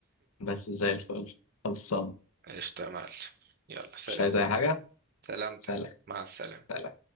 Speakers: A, on the left; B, on the right.
A: بس زي الفل خلصان
B: <laughs> قشطة يا معلم يلا سلام
A: مش عايز اي حاجة
B: سلامتك
A: سلام
B: مع السلامة
A: سلام